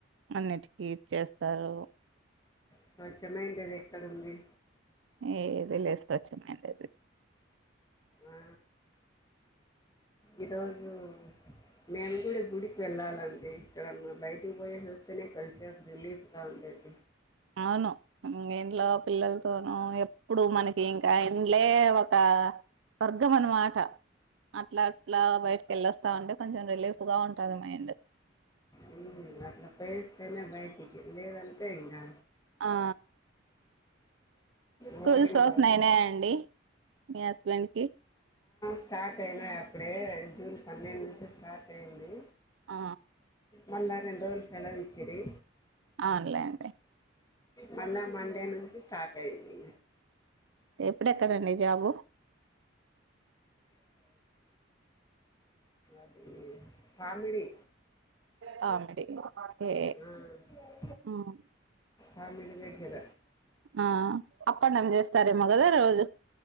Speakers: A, on the right; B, on the left.
A: అన్నిటికీ ఇచ్చేస్తారు.
B: స్వచ్ఛమైండేది ఎక్కడుంది?
A: ఏదీలేదు స్వచ్ఛమైనది.
B: ఆ ఈరోజు మేము కూడా గుడికి వెళ్ళాలండి ఇక్కడ బయటికి పోయేసి వస్తేనే కొద్ధి సేపు రిలీఫ్ గ అదే <inaudible>
A: అవును ఇంట్లో పిల్లలతోనుూ ఎప్పుడు మనకి ఇంకా ఇండ్లే ఒక స్వర్గం అన్నమాట అట్లా అట్లా బయటక వెళ్ళొస్తా ఉంటే కొంచెం రిలీఫ్ గా ఉంటది మైండ్
B: మ్ అట్లా పోయేసి వెళ్ళినా బయటికి లేదంటే ఇంకా
A: ఆ స్కూల్స్
B: బోరింగ్
A: ఓపెన్ అయినాయ అండి మీ హస్బెండ్ కి
B: స్టార్ట్ అయినాయి అప్పుడే జూన్ పన్నెండు నుంచి స్టార్ట్ అయింది.
A: ఆ
B: మళ్ళా రెండు రోజులు సెలవు విచ్చిరి.
A: పొనిలెండి
B: మళ్ళా మండే నుంచి స్టార్ట్ అయింది.
A: ఇపుడు ఎక్కడ అండి జాబు.
B: అది పామిడి.
A: కామెడీ ఓకే
B: ఆ
A: హ్మ్.
B: పామిడి దగ్గర
A: ఆ అప్ అండ్ డౌన్ చేస్తారు ఏమో కదా రోజు